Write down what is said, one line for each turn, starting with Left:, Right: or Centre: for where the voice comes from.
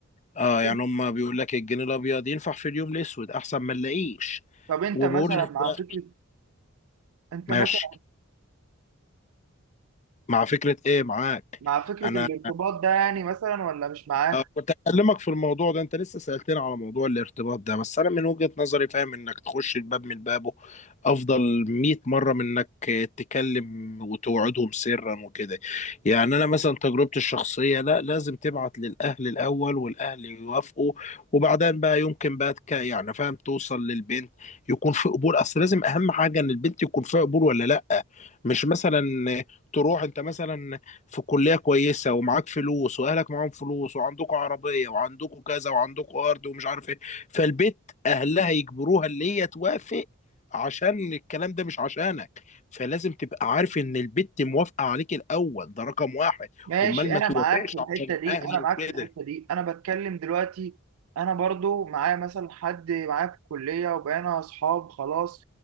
Left: اه
Right: طب
Left: يعني
Right: انت
Left: هم بيقول لك الجنيه الابيض ينفع في اليوم الاسود احسن ما نلاقيش
Right: طب انت
Left: وبيقول
Right: مثلا
Left: لك
Right: مع
Left: بقى
Right: فكرة انت
Left: ماشي
Right: مثلا
Left: مع فكره ايه معاك
Right: مع فكرة
Left: انا
Right: الارتباط ده يعني مثلا ولا مش معاه
Left: آه، كنت اكلمك في الموضوع ده انت لسه سألتني على موضوع الارتباط ده بس انا من وجهة نظري فاهم انك تخش الباب من بابه افضل 100 مرة من انك تكلم وتوعدهم سرا وكده يعني انا مثلا تجربتي الشخصية لا لازم تبعت للاهل الاول والاهل يوافقوا وبعدين بقى يمكن بقى تك- يعني فاهم توصل للبنت يكون في قبول اصل لازم اهم حاجة ان البنت يكون فيها قبول ولا لا مش مثلا تروح انت مثلا في كلية كويسة ومعاك فلوس وأهلك معاهم فلوس وعندكوا عربية وعندكوا كذا وعندكوا أرض ومش عارف إيه فالبيت أهلها يجبروها اللي هي توافق عشان الكلام ده مش عشانك فلازم تبقى عارف إن البت موافقة عليك الأول ده رقم واحد
Right: ماشي
Left: أمال ما
Right: انا
Left: توافقش
Right: معاك في الحته
Left: عشان
Right: دي
Left: أهلي
Right: انا معاك
Left: وكده
Right: في الحته دي انا بتكلم دلوقتي انا برضو معايا مثلا حد معايا في الكليه وبقينا اصحاب خلاص